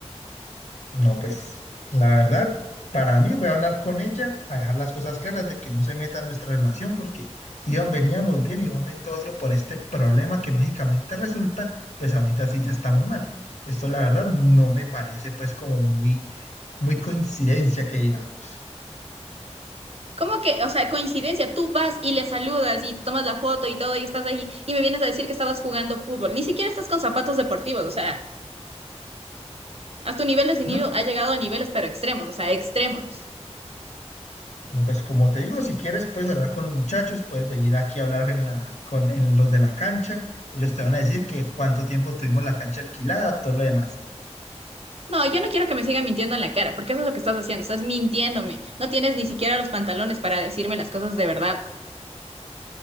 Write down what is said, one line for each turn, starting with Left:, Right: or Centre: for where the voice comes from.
Left: No, pues la verdad, para mí voy a hablar con ella, a dejar las cosas claras de que no se meta en nuestra relación porque iban, veníamos bien y de un momento a otro por este problema que mágicamente resulta, pues ahorita sí ya estamos mal. Esto la verdad no me parece pues como muy, muy coincidencia que digamos,
Right: ¿Cómo que, o sea, coincidencia, tú vas y le saludas y te tomas la foto y todo y estás ahí y me vienes a decir que estabas jugando fútbol, ni siquiera estás con zapatos deportivos, o sea, a tu nivel de cinismo
Left: ¿no?
Right: ha llegado a niveles pero extremos, o sea, extremos.
Left: No, pues como te digo, si quieres puedes hablar con los muchachos, puedes venir aquí a hablar en la, con en los de la cancha, ellos te van a decir que cuánto tiempo tuvimos la cancha alquilada, todo lo demás.
Right: No, yo no quiero que me sigan mintiendo en la cara, porque eso es lo que estás haciendo, estás mintiéndome, no tienes ni siquiera los pantalones para decirme las cosas de verdad.